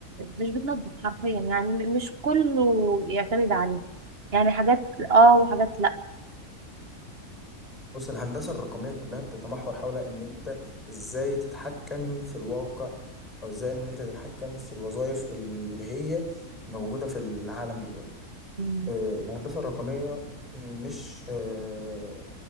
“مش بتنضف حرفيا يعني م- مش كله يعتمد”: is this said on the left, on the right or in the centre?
Right